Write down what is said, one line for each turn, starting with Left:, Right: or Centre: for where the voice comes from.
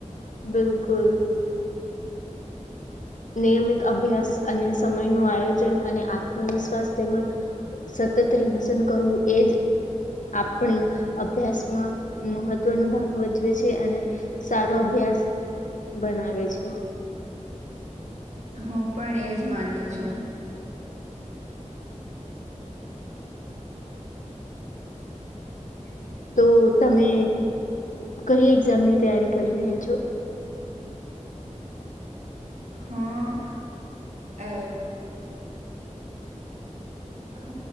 Left: બિલકુલ. નિયમિત અભ્યાસ અને સમય ન આયોજન અને આત્મવિશ્વાસ તેમજ સતત રિવસન કરવું એજ આપણી અભ્યાસમાં મહત્વનો ભાગ વધજવે છે અને સારો અભ્યાસ બનાવે છે.
Right: હું પણ એજ માનું છું. હ.
Left: તો તમે અ કઈ એક્ઝામની તૈયારી કરી રહ્યા છો?
Right: હા એ હ